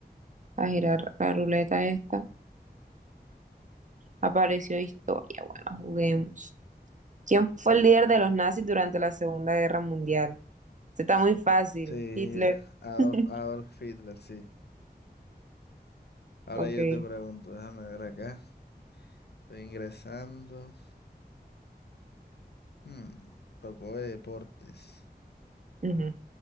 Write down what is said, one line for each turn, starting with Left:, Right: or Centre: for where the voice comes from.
Right: a girar la ruleta esta. Apareció historia, bueno, juguemos. ¿Quién fue el líder de los nazis durante la Segunda Guerra Mundial? Este está muy fácil,
Left: Sí,
Right: Hitler.
Left: Adolf,
Right: <laughs>
Left: Adolf Hitler, sí. Ahora
Right: Ok.
Left: yo te pregunto, déjame ver acá. Estoy ingresando. Hmm, tocó de deportes.
Right: ujú.